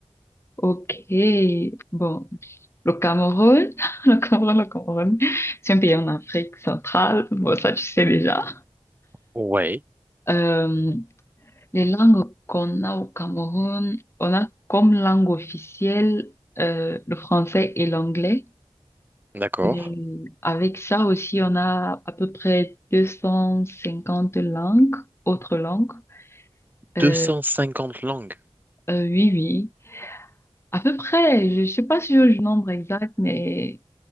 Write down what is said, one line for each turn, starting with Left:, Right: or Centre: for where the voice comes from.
Left: Ok. Bon, le Cameroun, <laughs> le Cameroun, le Cameroun, c'est un pays en Afrique centrale. Bon, ça, tu sais déjà.
Right: Ouais,
Left: Euh, les langues qu'on a au Cameroun, on a comme langue officielle euh, le français et l'anglais.
Right: d'accord.
Left: Mais avec ça aussi, on a à peu près 250 langues, autres langues. Euh,
Right: 250 langues.
Left: euh, oui, oui. À peu près, je sais pas si j'ai le nombre exact, mais